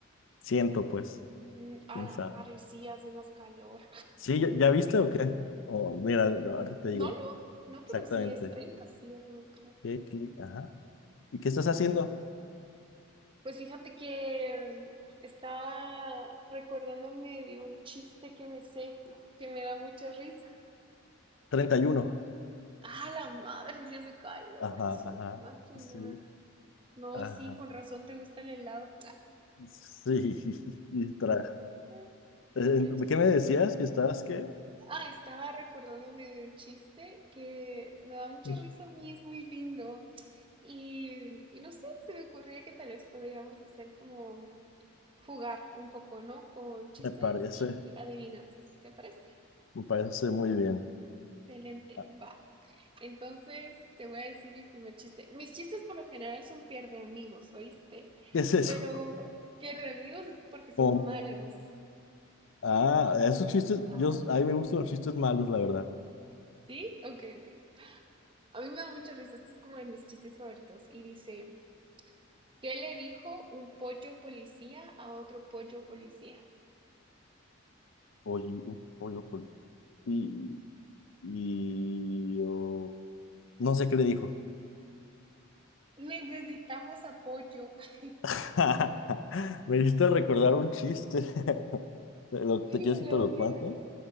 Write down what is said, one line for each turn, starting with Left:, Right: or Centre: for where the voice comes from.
Left: ciento pues,
Right: Mm,
Left: quién
Right: a la
Left: sabe.
Right: madre, sí hace más calor.
Left: Sí, ¿ya, ya viste o qué? Oh, mira, ahorita
Right: N-
Left: te digo,
Right: No, no, no, pero
Left: exactamente.
Right: sí es 30 sí hace más calor.
Left: ¿Qué cli- Ajá. ¿Y qué estás haciendo?
Right: Pues fíjate que mm, estaba recordándome de un chiste que me sé, que me da mucha risa.
Left: 31.
Right: A la madre, sí hace calor,
Left: Ajá,
Right: su
Left: ajá.
Right: máquina.
Left: Sí,
Right: No,
Left: ajá.
Right: sí, con razón te gusta el helado.
Left: Sí, <laughs> y tra-
Right: Ay,
Left: Eh,
Right: no, qué chistoso.
Left: ¿Qué me decías? ¿Que estabas qué?
Right: Ah, estaba recordándome de un chiste que me da mucha
Left: <laughs>
Right: risa a mí, es muy lindo. Y, y no sé, se me ocurría que tal vez podríamos hacer como jugar un poco, ¿no? Con chistes
Left: Me parece,
Right: y adivinanzas, ¿te parece?
Left: me parece muy bien.
Right: Excelente,
Left: Ah,
Right: va. Entonces te voy a decir mi primer chiste. Mis chistes por lo general son pierde amigos, ¿oíste?
Left: ¿Qué es eso?
Right: Pero pierde amigos es porque son
Left: Com-
Right: malos.
Left: Ah, esos chistes,
Right: Ah,
Left: yo, a mí me gustan los chistes malos, la verdad.
Right: ¿Sí? Ok, ok. A mí me da mucha risa. Este es como de mis chistes favoritos. Y dice, ¿qué le dijo un pollo policía a otro pollo policía?
Left: Oye, pollo pollo y, y yo- no sé qué le dijo.
Right: Necesitamos apoyo. <laughs>
Left: <laughs> Me hiciste recordar un chiste. <laughs> ¿Te, lo- te
Right: Dímelo,
Left: quieres que te lo
Right: dímelo.
Left: cuente?